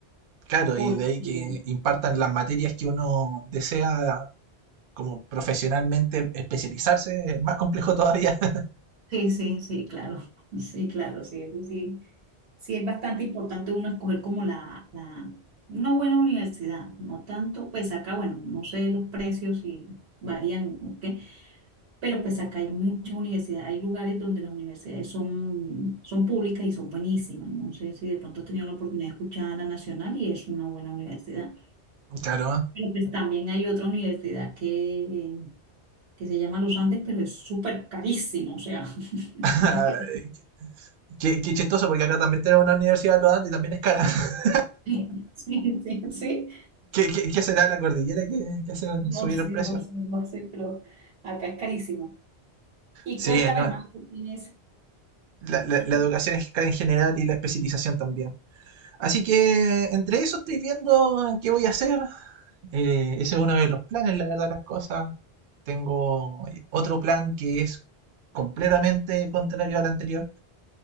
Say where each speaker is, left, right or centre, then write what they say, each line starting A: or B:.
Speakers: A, on the right; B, on the right.
A: Claro,
B: porque
A: y de ahí que impartan las materias que uno desea como profesionalmente especializarse, es más complejo todavía. <laughs>
B: Sí, sí, sí, claro. <laughs> Sí, claro, sí, eso sí. Sí, es bastante importante uno escoger como la, la, una buena universidad, no tanto, pues acá, bueno, no sé los precios y varían, ¿ok? Pero pues acá hay muchas universidades, hay lugares donde las universidades son, son públicas y son buenísimas. No sé si de pronto has tenido la oportunidad de escuchar a la Nacional y es una buena universidad.
A: Claro,
B: Pero pues también hay otra universidad que, que se llama Los Andes, pero es súper carísimo, o sea, <laughs>
A: <laughs>
B: es que
A: qué, qué, chistoso, porque acá también tenemos una universidad lo dando y también es cara. <laughs>
B: <laughs> Sí, sí, sí. sí.
A: ¿Qué, qué, qué será la cordillera que, que, hace
B: No
A: subir
B: sé,
A: el precio?
B: no sé, no sé, pero acá es carísimo Y
A: Sí,
B: cuéntame
A: no,
B: más, ¿qué tienes?
A: la, la,
B: ¿Qué
A: la
B: tienes?
A: educación es cara en general y la especialización también. Así que entre eso estoy viendo en qué voy a hacer. Eh, ese es uno de los planes, la verdad, las cosas. Tengo eh, otro plan que es completamente contrario al anterior.